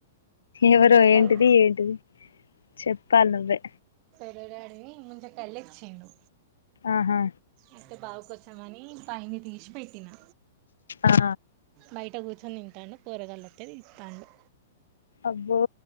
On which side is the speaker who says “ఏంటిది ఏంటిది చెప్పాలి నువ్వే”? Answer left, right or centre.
Left